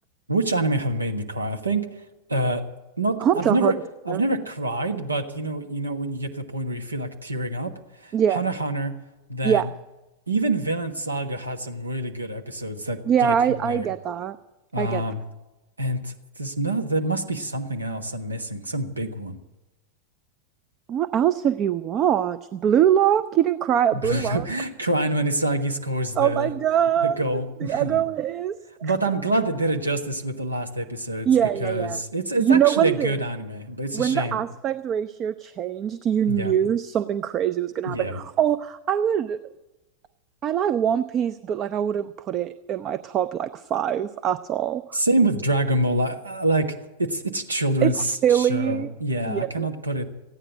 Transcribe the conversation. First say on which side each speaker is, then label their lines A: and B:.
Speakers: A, on the right (about 80°); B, on the right (about 30°).
A: Which anime have made me cry? I think uh not
B: Hunter,
A: I've never
B: Hunter.
A: I've never cried, but you know, you know when you get to the point where you feel like tearing up,
B: Yeah,
A: Hunter x Hunter, then
B: yeah,
A: even Vinland Saga had some really good episodes that
B: yeah.
A: get
B: I
A: you there.
B: I get that.
A: Um
B: I get that.
A: and there's no there must be something else I'm missing, some big one.
B: What else have you watched? Blue Lock. You didn't cry at
A: <laughs>
B: Blue Lock.
A: Crying when Isagi scores the
B: Oh my god,
A: the goal. <laughs>
B: The
A: No.
B: Egoist.
A: But I'm glad they did it justice with the last episodes
B: Yeah,
A: because
B: yeah, yeah.
A: it's it's
B: You
A: actually
B: know when
A: a good
B: the
A: anime, but it's
B: when
A: a shame.
B: the aspect ratio changed, you
A: Yeah.
B: knew something crazy was gonna
A: Yeah.
B: happen. Oh, I would I like One Piece, but like I wouldn't put it in my top like five at all.
A: Same with Dragon Ball. I, I- like it's it's a children's
B: It's silly.
A: show. Yeah,
B: Yeah,
A: I cannot put it